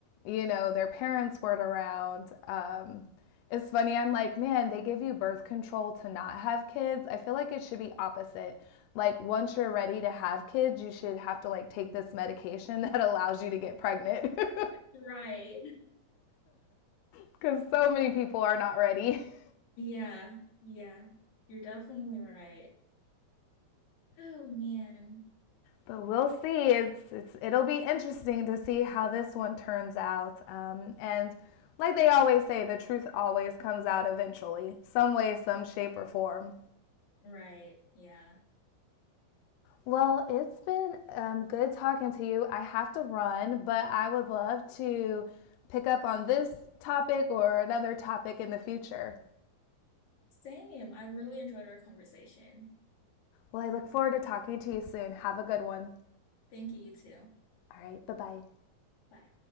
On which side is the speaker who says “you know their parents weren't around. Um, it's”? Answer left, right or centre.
Left